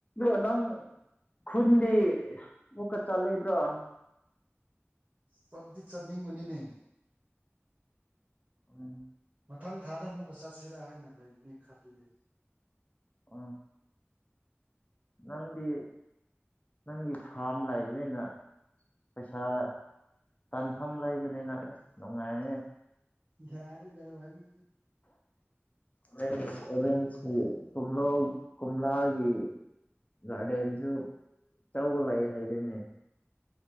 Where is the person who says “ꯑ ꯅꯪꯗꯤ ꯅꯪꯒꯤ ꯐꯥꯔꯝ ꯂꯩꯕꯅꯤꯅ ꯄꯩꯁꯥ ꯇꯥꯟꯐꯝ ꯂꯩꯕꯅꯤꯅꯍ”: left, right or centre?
Left